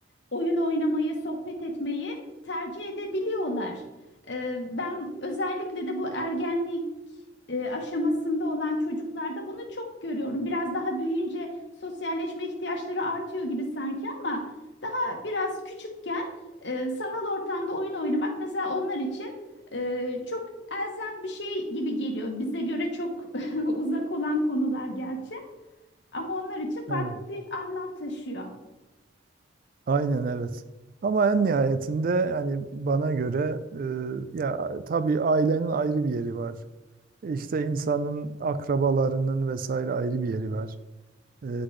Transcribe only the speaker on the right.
Evet.
Aynen evet. Ama en nihayetinde yani bana göre e, ya tabii ailenin ayrı bir yeri var. İşte insanın akrabalarının vesaire ayrı bir yeri var. Ee,